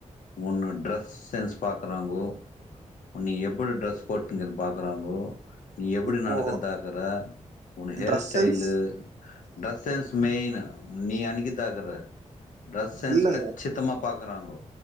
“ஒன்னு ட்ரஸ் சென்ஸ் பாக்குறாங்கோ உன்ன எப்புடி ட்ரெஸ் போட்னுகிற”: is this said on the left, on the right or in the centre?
Left